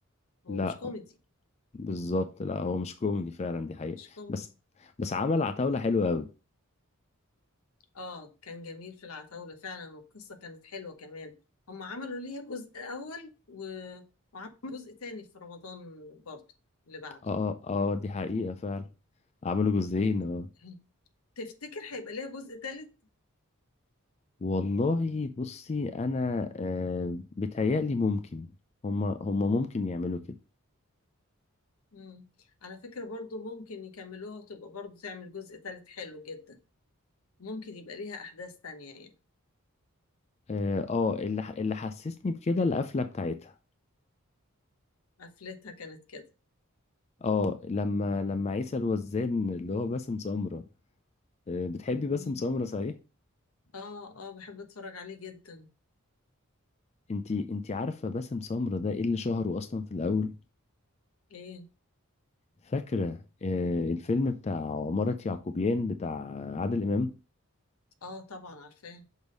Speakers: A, on the left; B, on the left.
A: هو
B: لا
A: مش كوميدي
B: بالظبط لا هو مش كوميدي فعلا دي حقيقة
A: مش كوميدي
B: بس بس عمل عتاولة حلوة أوي
A: اه كان جميل في العتاولة فعلا والقصة كانت حلوة كمان هم عملوا ليها جزء اول وجزء تاني في رمضان برضه اللي بعده
B: اه اه آه، دي حقيقة فعلا عملوا جزئين
A: <clears throat>
B: اه
A: تفتكر هيبقى ليها جزء تالت؟
B: والله بصي أنا آه بتهيألي ممكن هما هما ممكن يعملوا كده
A: مم. على فكرة برضه ممكن يكملوها وتبقى برضه تعمل جزء تالت حلو جدا ممكن يبقى ليها أحداث تانية يعني
B: اه آه، اللي ح- اللي حسسني بكده القفلة بتاعتها
A: قفلتها كانت كده
B: اه لما لما عيسى الوزان اللي هو باسم سمرة آه بتحبي
A: مم.
B: باسم سمرة صحيح؟
A: اه اه بحب اتفرج عليه جدا
B: انتي انتي عارفة باسم سمرة ده ايه اللي شهره أصلا في الأول؟
A: ايه
B: فاكرة آه، الفيلم بتاع عمارة يعقوبيان بتاع عادل إمام
A: اه طبعا عارفاه